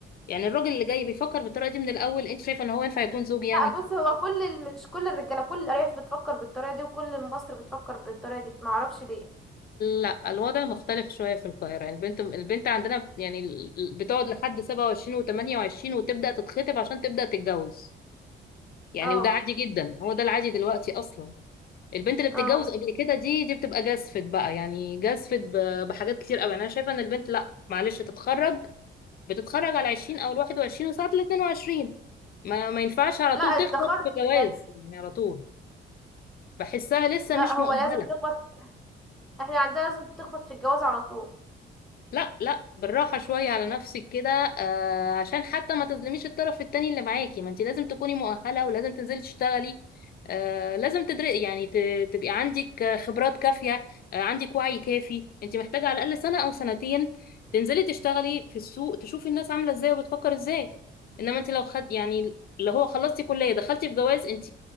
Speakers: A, on the left (about 50°); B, in the centre.
A: يعني الراجل اللي جاي بيفكر بالطريقه دي من الاول انت شايفه ان هو ينفع يكون زوج يعني
B: لا بص هو كل ال... مش كل الرجاله كل الارياف بتفكر بالطريقه دي وكل مصر بتفكر بالطريقه دي ما اعرفش ليه
A: لا الوضع مختلف شوية في القاهرة يعني البنت البنت عندنا يعني ال- ال- بتقعد لحد 27 و28 وتبدأ تتخطب عشان تبدأ تتجوز يعني
B: اه
A: وده عادي جدا هو ده العادي دلوقتي أصلا البنت اللي بتتجوز
B: اه
A: قبل كده دي دي بتبقى جازفت بقى يعني جازفت ب- بحاجات كتير قوي يعني أنا شايفة إن البنت لا معلش تتخرج بتتخرج على 20 أو ال 21 وساعات ال 22 ما ما ينفعش على
B: لا
A: طول تخبط
B: التخرج
A: في جواز
B: لا
A: يعني على طول بحسها لسه
B: لا،
A: مش
B: هو
A: مؤهلة
B: لازم تكبر احنا عندنا لازم تخبط في الجواز على طول
A: لا لا بالراحة شوية على نفسك كده آه عشان حتى ما تظلميش الطرف التاني اللي معاكي ما انت لازم تكوني مؤهلة ولازم تنزلي تشتغلي آه لازم تدري يعني ت- تبقي عندك آه، خبرات كافية آه عندك وعي كافي انت محتاجة على الأقل سنة أو سنتين تنزلي تشتغلي في السوق تشوفي الناس عاملة ازاي وبتفكر ازاي انما انت لو خد يعني اللي هو خلصتي كلية دخلتي في جواز انت